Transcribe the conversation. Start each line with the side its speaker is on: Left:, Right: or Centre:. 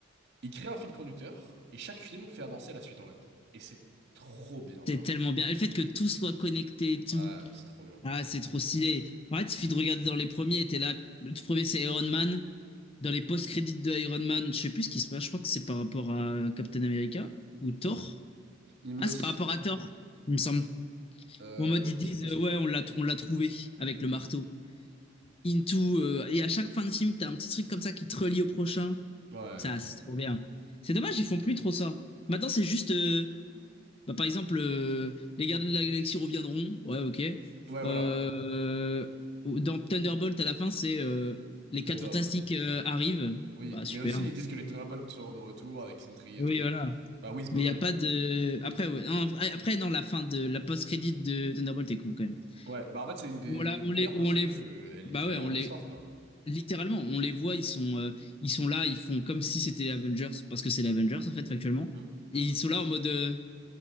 Right: ils créent un fil conducteur et chaque film fait avancer à la suite en fait. Et c'est trop bien,
Left: C'est
Right: genre.
Left: tellement bien. Et le fait que tout soit connecté et tout.
Right: Ouais, c'est trop bien.
Left: Ah, c'est trop stylé. En fait, il suffit de regarder dans les premiers, t'es là. Le tout premier, c'est Iron Man. Dans les post-crédits de Iron Man, je sais plus ce qui se passe, je crois que c'est par rapport à euh, Captain America ou Thor.
Right: Imus.
Left: Ah, c'est par rapport à Thor, il me semble.
Right: Euh,
Left: Ou en mode,
Right: oui,
Left: ils disent,
Right: c'est possible.
Left: euh, ouais, on l'a, on l'a trouvé avec le marteau. Into. euh, et à chaque fin de film, t'as un petit truc comme ça qui te relie au prochain.
Right: Ouais.
Left: Ça, c'est trop bien. C'est dommage, ils font plus trop ça. Maintenant, c'est juste. euh, bah, par exemple, euh, les gardiens de la galaxie reviendront. Ouais, ok.
Right: Ouais,
Left: Euh,
Right: voilà.
Left: dans Thunderbolt, à la fin, c'est euh, les quatre
Right: Thunder.
Left: fantastiques euh, arrivent.
Right: Oui.
Left: Bah, super.
Right: Mais aussi, ils disent que les Thunderbolts sont de retour avec Sentry
Left: Oui,
Right: et tout.
Left: voilà.
Right: Ah, Bob.
Left: Mais il n'y a pas de. Après, ouais, non, après, non, la fin de la post-crédit de Thunderbolt est cool quand même.
Right: Ouais. Bah, en fait, c'est une des
Left: Voilà,
Right: meilleures
Left: on les,
Right: parce
Left: on les,
Right: que euh, elle
Left: bah
Right: lit vraiment
Left: ouais, on
Right: l'histoire,
Left: les,
Right: quoi.
Left: littéralement, on les voit, ils sont, euh, ils sont là, ils font comme si c'était les Avengers, parce que c'est les Avengers en fait, factuellement.
Right: Hum,
Left: Et
Right: hum.
Left: ils sont là en mode, euh,